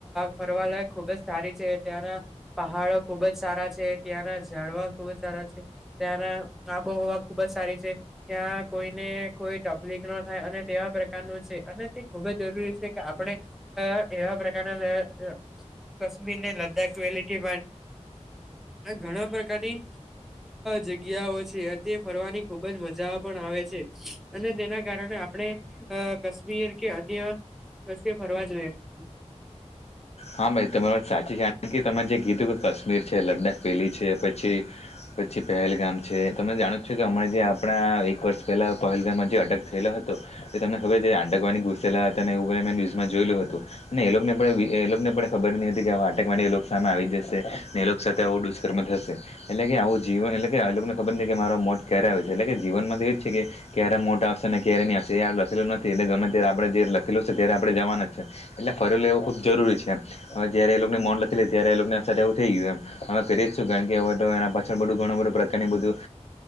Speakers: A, in the centre; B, on the left.
A: ફરવાલાયક ખુબ જ સારી છે ત્યાંના પહાડો ખુબ જ સારા છે ત્યાંના જાડવા ખુબ જ સારા છે. ત્યાંના આબોહવા ખુબ જ સારી છે. ત્યાં કોઈનેઈ તકલીફ ન થાય અને તેવા પ્રકારનું છે અને તે ખુબ જ જરૂરી છે કે આપણે એવા <inaudible> કશ્મીર ને લદ્દાખ વલી પા ઘણા પ્રકાર ની જગ્યાઓ છે તે ફરવાની ખુબ જ મજા પણ આવે છે અને તેના કારણે આપણે કાશ્મીર કે અન્ય રસ્ ફરવા જોઈએ. <inaudible>
B: હા ભાઈ તમારી વાત સાચી છે કારણ કે તમારે જે ગીતું કે કાશ્મીર છે લદ્દખ પેલી છે પછી પછી પહેલગામ છે તમે જાણો છો કે હમણા જે આપણા એક વર્ષ પહેલા પહેલગામમાં જે અટક થયેલો હતો. તમને ખબર આકવા ગુસેલા હતા એું બ મે ન્યુઝમાં જોયું હતું અને એ લોકોને પણ એ લોકો ને પણ ખબર નહતી કે આ વાટકવાની એ સામે આવી જશે ને એ લોકો સાથે આવો દુષ્કર્મ થશે એટલે આવું જીવન એટલે કે આ લોકોને ખબર ન કે મારો મોત ક્યારે આવ છે એટલે કે જીવનમાં તો એ જ છે કે ક્યારે મોટ આવશે ને ની હ લખેલું નથી એટલે ગમે ત્યારે આપણે જે લખેલું ત્યારે આપણે જવાનું જ છે એટલે ફરેલો એવું ખબ જરૂરી છે હવે જયારે એ લોકોને મન લખી લે ત્યારે એ લોકોને અસર એવું થઈ ગયું હ કરી જ છું કારણ કે હવે પાછળ બધું ઘણું બધું પ્રકારની બધું